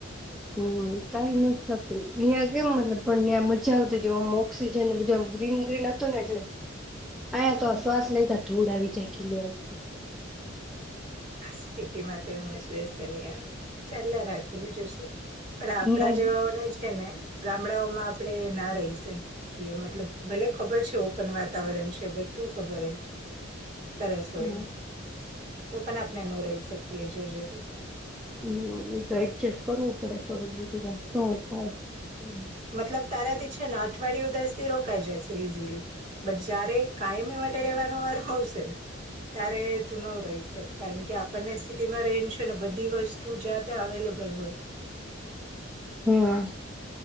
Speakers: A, in the centre; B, on the right.
A: હમ્મ. કાઈ નથ થતું. અહિયાં કેમ મતલબ પણ ન્યા મજા આવતીતી ઓમ ઓક્સિજન ને બધું આમ ગ્રીન-ગ્રીન હતું ને એટલે, અહીંયા તો શ્વાસ લેતા ધૂળ આવી જાય કીલો એકતો.
B: સ્થિતિમાં તો એજ રહેશે ને યાર. ચાલ્યા રાખે બીજું શું. પણ આપડા
A: ન્યા
B: જેવાઓને જ તે ને ગામડાઓમાં આપડે ના રહી શકીએ, મતલબ ભલે ખબર છે ઓપન વાતાવરણ છે બધું ખબર હે સરસ હોય
A: હા
B: એમ. તો પણ આપ ણે નો રહી શકીએ, જોજે તું.
A: હમ્મ. ઈ તો એડજસ્ટ કરવું પડે થોડુંક, બીજું તો શું થાય?
B: ઉમ્મ. મતલબ તારાથી છે ને અઠવાડિયું દસ દી રોકાઈ જશે ઈઝીલી, બટ જયારે કાયમ એઈ માટે રહેવાનો વારો આવશે ને ત્યારે તું નો રહી શક, કારણ કે આપ પણને સિટીમાં રહીને છે ને બધી વસ્તુ જ્યાં ત્યાં અવેલેબલ હોય.
A: હા,